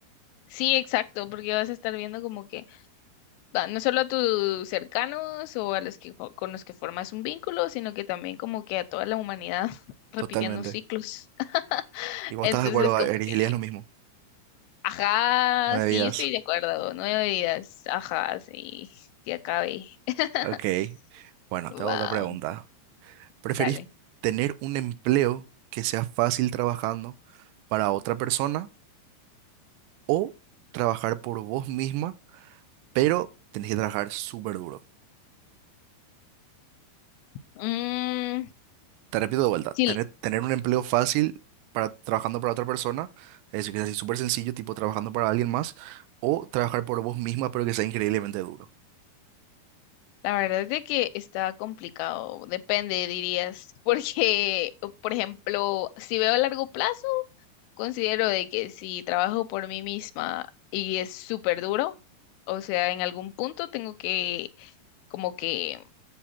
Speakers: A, on the left; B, on the right.
A: Sí, exacto, porque vas a estar viendo como que va, no solo a tus cercanos o a los que fo- con los que formas un vínculo, sino que también como que a toda la humanidad <laughs> repitiendo
B: Totalmente.
A: ciclos. <laughs>
B: Y vos
A: Entonces
B: estás de acuerdo,
A: como
B: Eris,
A: que,
B: Elías, lo mismo.
A: ajá,
B: Nueve
A: sí,
B: vidas.
A: yo estoy de acuerdo, nueve días, ajá, sí, que acabe. <laughs>
B: Ok. Bueno,
A: Va,
B: te hago otra pregunta. ¿Preferís
A: dale.
B: tener un empleo que sea fácil trabajando para otra persona o trabajar por vos misma, pero tenés que trabajar súper duro?
A: Mm,
B: Te repito de vuelta,
A: sí,
B: tener, tener un empleo fácil para trabajando para otra persona, es decir, que sea así súper sencillo, tipo trabajando para alguien más, o trabajar por vos misma, pero que sea increíblemente duro.
A: la verdad es de que está complicado, depende, dirías, <laughs> porque, por ejemplo, si veo a largo plazo, Considero de que si trabajo por mí misma y es súper duro, o sea, en algún punto tengo que, como que,